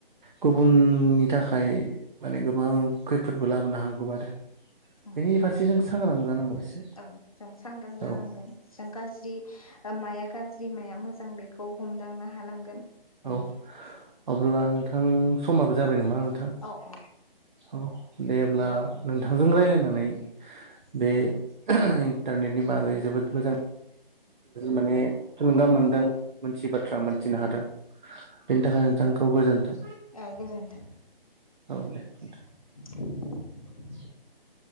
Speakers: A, on the right (about 55°); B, on the left (about 35°).
A: गुबुननि थाखाय माने गोबां खैफोदबो लाबोनो हागौ आरो।
B: उम
A: बेनि फारसे जों सांग्रां जानांगौ। एसे
B: औ जों सांग्रां जानांगोन
A: औ
B: जों गाज्रि माया गाज्रि माया मोजां बेखौ हमदांनो हानांगोन
A: औ
B: उम।
A: अब्ला नोंथां समाबो जाबाय नामा नोंथां
B: औ औ
A: औ दे अब्ला
B: उम
A: नों बिथांजों रायज्लायनानै बे इन्टारनेटनि बागै जोबोद मोजां
B: <unintelligible>
A: माने थुलुंगा मोनदों मोनसे बाथ्रा मोन थिनो हादों बेनि थाखाय नोंथांखौ गोजोन्थों
B: औ गोजोन्थों।
A: औ दे नोंथां।
B: <unintelligible>
A: <unintelligible>